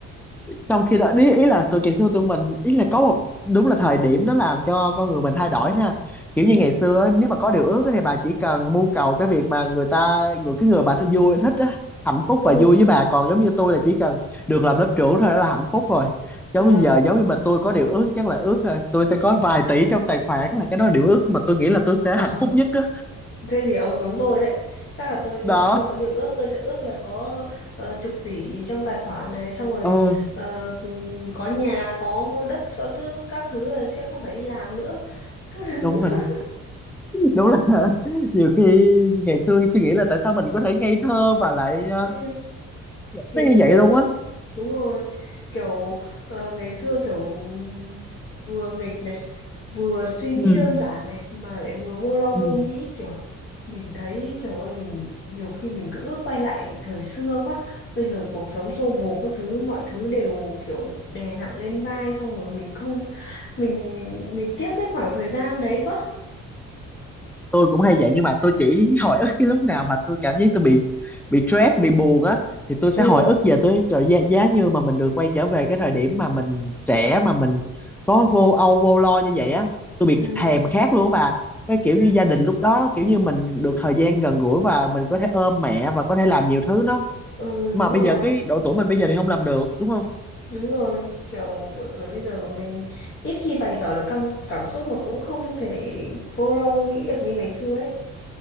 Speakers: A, in the centre; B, on the left.
A: trong khi đó ý, ý là tụi ngày xưa tụi mình ý là có một đúng là thời điểm nó làm cho con người mình thay đổi ha kiểu như
B: ừ
A: ngày xưa á, nếu mà có điều ước á thì bà chỉ cần mưu cầu cái việc mà người ta người cái người bà thích vui thích á hạnh phúc
B: ừ
A: và vui với bà còn giống như tôi là chỉ cần được làm lớp trưởng thôi đó là hạnh phúc rồi giống
B: ờ
A: như giờ giống như mà tôi có điều ước chắc là ước là tôi sẽ có vài tỷ trong tài khoản là cái đó là điều ước mà tôi nghĩ là tôi sẽ
B: ờ
A: hạnh phúc nhất á
B: Thế thì ông giống tôi đấy. Chắc là tôi sẽ-
A: đó
B: nếu mà có điều ước tôi sẽ ước là có ờ, chục tỷ trong tài khoản này xong rồi
A: ờ
B: ờ, ừm, có nhà, có đất, có thứ các thứ là sẽ không phải đi làm nữa. <laughs>
A: đúng rồi đó đúng là <laughs> nhiều khi ngày xưa suy nghĩ là tại sao mình có thể ngây thơ và lại ờ,
B: Ừ. ngày
A: nó như
B: xưa
A: vậy luôn á
B: đúng rồi kiểu ờ, ngày xưa kiểu vừa nghịch này vừa suy nghĩ
A: ừ,
B: đơn giản này mà lại vừa vô lo
A: ừ.
B: vô nghĩ kiểu mình thấy trời ơi mình nhiều khi mình cứ ước quay lại thời xưa quá bây giờ cuộc sống xô bồ các thứ mọi thứ đều kiểu đè nặng lên vai xong rồi mình không mình mình tiếc cái khoảng thời gian đấy quá
A: tôi cũng hay vậy nhưng mà tôi chỉ hồi ức cái lúc nào mà tôi cảm giác tôi bị bị stress bị buồn á thì tôi sẽ
B: ừ
A: hồi ức về tôi trời giá, giá như mà mình được quay trở về cái thời điểm mà mình trẻ mà mình có vô âu vô lo như vậy á tôi bị
B: ừ
A: thèm khát luôn á bà cái kiểu
B: ừ
A: như gia đình lúc đó kiểu như mình được thời gian gần gũi và mình có thể ôm mẹ và có thể làm nhiều thứ đó
B: ừ,
A: mà
B: đúng
A: bây
B: rồi
A: giờ cái độ tuổi mình bây giờ thì không làm được đúng không
B: Đúng rồi, kiểu độ tuổi bây giờ của mình ít khi bày tỏ được cảm, cảm xúc mà cũng không thể vô lo vô nghĩ được như ngày xưa ấy.